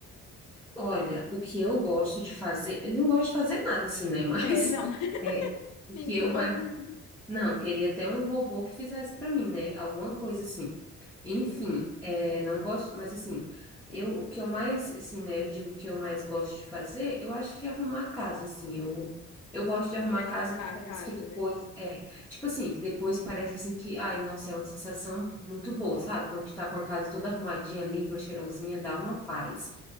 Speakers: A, in the centre; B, on the left.
A: Olha, o que eu gosto de fazer, eu não gosto de fazer nada assim, né? <laughs> Mas
B: É, não,
A: é,
B: <laughs>
A: o
B: ninguém
A: que eu mais
B: gosta de
A: Não, eu queria até um robô que fizesse para mim, né? Alguma coisa assim. Enfim,
B: assim,
A: é, não gosto, mas assim, eu o que eu mais, assim, né? Eu digo que eu mais gosto de fazer, eu acho que é arrumar casa, assim. Eu, eu gosto de
B: organizar
A: arrumar casa, e
B: a
A: parece
B: casa,
A: que depois,
B: né?
A: é, tipo assim, que depois parece assim que, ai, nossa, é uma sensação muito boa, sabe? Quando tu tá com a casa toda arrumadinha, limpa, cheirosinha, dá uma paz.